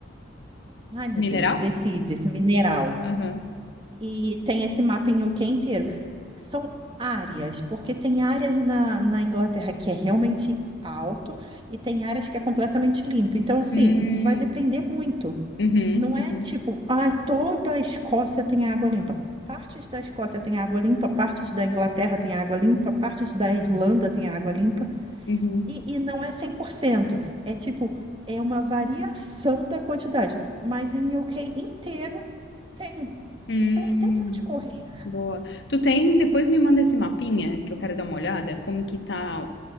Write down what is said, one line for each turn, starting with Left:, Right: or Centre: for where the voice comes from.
Right: ai meu
Left: Mineral?
Right: Deus, desse, desse mineral.
Left: Aham.
Right: e tem esse mapa em UK inteiro. São áreas, porque tem áreas na, na Inglaterra que é realmente alto e tem áreas que é completamente limpo. Então, assim,
Left: Hum,
Right: vai depender muito.
Left: uhum,
Right: Não
Left: uhum,
Right: é tipo, ai, toda a Escócia tem água limpa. Partes da Escócia tem água limpa, partes da Inglaterra tem água limpa, partes da Irlanda tem água limpa,
Left: uhum.
Right: e, e não é cem por cento É tipo, é uma variação da quantidade, mas em UK inteiro tem.
Left: Hum,
Right: Então não tem para onde correr.
Left: boa. Tu tem, depois me manda esse mapinha, que eu quero dar uma olhada, como que tá